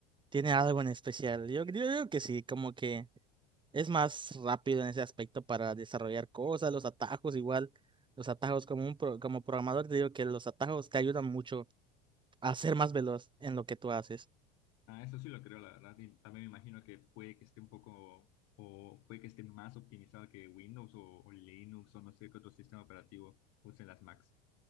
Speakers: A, on the right (about 15°); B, on the left (about 55°).
A: Tiene algo en especial. Yo creo que sí, como que es más rápido en ese aspecto para desarrollar cosas, los atajos igual, los atajos como un pro- como programador te digo que los atajos te ayudan mucho a ser más veloz en lo que tú haces.
B: Ah, eso sí lo creo, la verdad. y también me imagino que puede que esté un poco, o puede que esté más optimizado que Windows o, o Linux o no sé qué otro sistema operativo usen las Macs.